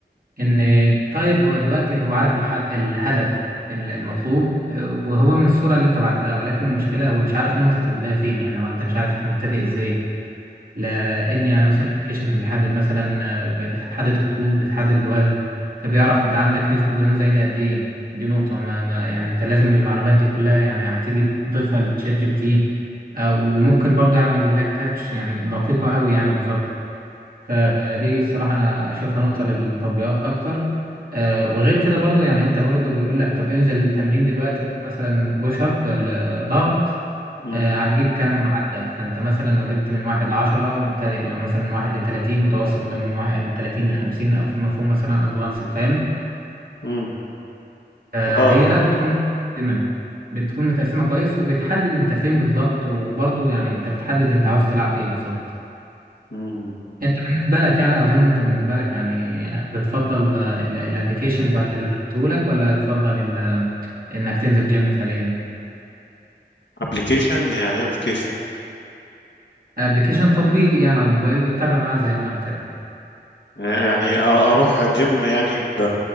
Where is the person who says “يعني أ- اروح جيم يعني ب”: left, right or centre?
Left